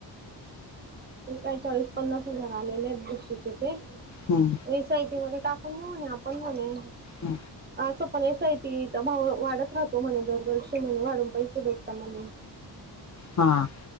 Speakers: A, on the right (about 25°); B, on the left (about 40°).
A: काय चाळीस पन्नास हजार आलेले आहेत बक्षीचे ते.
B: हां
A: एस आय पी मध्ये टाकून नेऊ आपण म्हणे.
B: हां
A: असं पण एस आयपी चा भाव वाढत राहतो म्हणे दरवर्षी म्हणे वाढून पैसे भेटत म्हणे.
B: हां